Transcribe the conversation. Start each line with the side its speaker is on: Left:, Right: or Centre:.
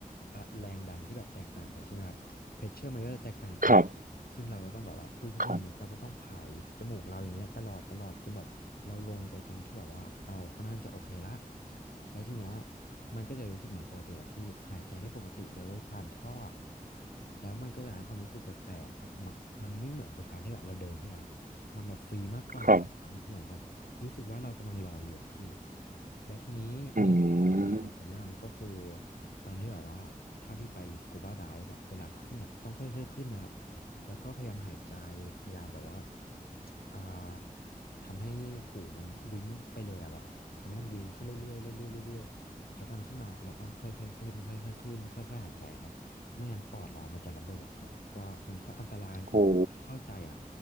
Left: อ่าแรงดันที่แบบแตกต่างกันใช่ไหมครับเพชเชอร์มันก็จะแตกต่างกัน
Right: ครับ
Left: ซึ่งเราก็ต้องแบบว่าทุกๆหนึ่งเมตรเราก็ต้องผายจมูกเราอย่างเงี้ยตลอดตลอดจนแบบเราลงไปตรงที่แบบว่าเราค่อนข้างที่จะโอเคละ
Right: ครับ
Left: แล้วทีเนี้ยมันก็จะรู้สึกเหมือนปกติแบบที่หายใจได้ปกติเลยผ่านท่อแล้วมันก็จะให้ความรู้สึกแปลกๆแบบเหมือนมันไม่เหมือนกับการที่แบบเราเดินใช่ไหมครับมันแบบฟรีมากกว่าเราสามารถเหมือนแบบรู้สึกว่าเรากำลังลอยอยู่อะพี่
Right: ครับ
Left: แล้วทีนี้อีกที่แบบอยากจะแนะนำก็คือ
Right: อืม
Left: ตอนที่แบบว่าถ้าพี่ไปสกูบาไดฟ์อะเวลาขึ้นอะต้องค่อยๆขึ้นนะครับ แล้วก็พยายามหายใจพยายามแบบว่าอ่าทำให้หูมันวิ้งไปเลยอะแบบว่าทำให้มันวิ้งขึ้นเรื่อยๆเรื่อยๆเรื่อยๆพอตอนขึ้นมาเราต้องค่อยๆขึ้นค่อยๆขึ้นค่อยๆหายใจครับไม่งั้นปอดเรามันจะระเบิดครับก็มันก็อันตรายแต่ว่าพี่เข้าใจอ่ะ
Right: โอ้